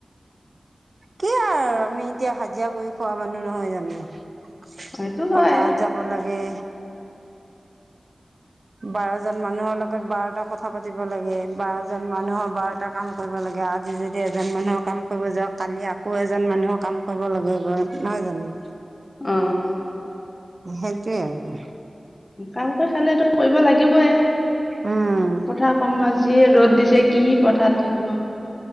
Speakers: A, on the right (about 50°); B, on the left (about 30°).
A: কি আৰু আমি এতিয়া হাজিৰা কৰি খোৱা মানুহ নহয় জানো।
B: সেইটো হয়
A: পথাৰত যাব লাগে। বাৰজন মানুহৰ লগত বাৰটা কথা পাতিব লাগে বাৰজন মানুহৰ বাৰটা কাম কৰিব লাগে। আজি যদি এজন মানুহৰ কাম কৰিব যাও কালি আকৌ এজন মানুহৰ কাম কৰিব লগে গৈ নহয় জানো।
B: আহ
A: সেইটোৱেইে আৰু
B: কাম কৰি খালে টো কৰিব লাগিবই
A: উম
B: পথাৰ কামকাজ। যি ৰ'দ দিছে কি পথাৰ থাকিব।